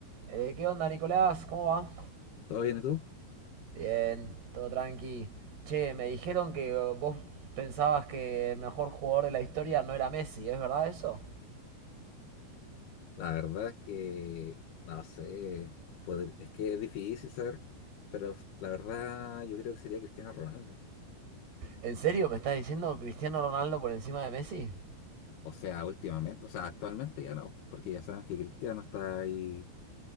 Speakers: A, on the right; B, on the left.
A: Eh, ¿qué onda, Nicolás? ¿Cómo va?
B: ¿Todo bien y tú?
A: Bien, todo tranqui. Che, me dijeron que eh, vos pensabas que el mejor jugador de la historia no era Messi, ¿es verdad eso?
B: La verdad es que no sé, podr- es que es difícil saber, pero la verdad yo creo que sería Cristiano Ronaldo.
A: ¿En serio me estás diciendo Cristiano Ronaldo por encima de Messi?
B: O sea, últimamente, o sea, actualmente ya no, porque ya saben que Cristiano está ahí